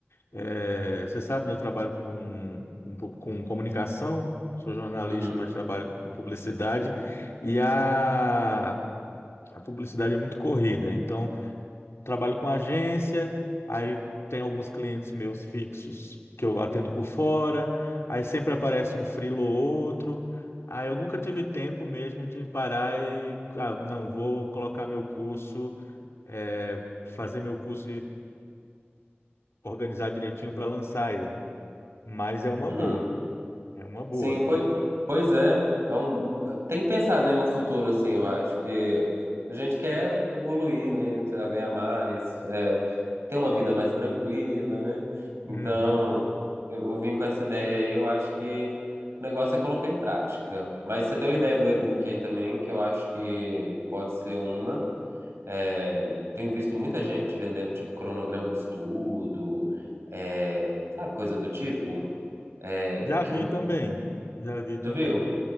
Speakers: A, on the left; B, on the right.
A: É, você sabe, né, eu trabalho com, com, pu- com comunicação, sou jornalista,
B: Uhum,
A: mas trabalho com publicidade, e a, a publicidade é muito corrida. Então, Trabalho com agência, aí tem alguns clientes meus fixos que eu atendo por fora, aí sempre aparece um freelo ou outro. Aí eu nunca tive tempo mesmo de parar e, ah, não, vou colocar meu curso, é, fazer meu curso e organizar direitinho para lançar ele. Mas é uma
B: uhum.
A: boa, é uma boa.
B: Sim, pois, entendeu? pois é. É um- um- tem que pensar, né, no futuro, assim, eu acho que a gente quer evoluir, né? Sei lá, ganhar mais, é, ter uma vida mais tranquila, né?
A: Uhum.
B: Então, eu, eu vim com essa ideia aí, eu acho que o negócio é colocar em prática. Mas você deu a ideia do e-book aí também, que eu acho que pode ser uma. É, tenho visto muita gente vendendo, tipo, cronograma de estudo, é, sabe, coisa do tipo é,
A: Já
B: que
A: vi também, já vi também,
B: já viu?